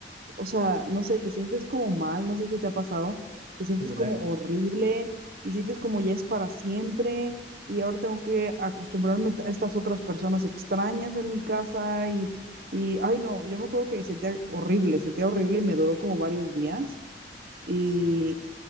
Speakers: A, on the right; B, on the right.
A: o sea, no sé, te sientes como mal, no sé si te ha pasado, te sientes
B: Sí, yo
A: como
B: la...
A: horrible y sientes como ya es para siempre y ahora tengo que acostumbrarme a estas otras personas extrañas en mi casa y, y ay no, yo me acuerdo que sentía horrible, sentía horrible y me duró como varios días y,
B: Sí.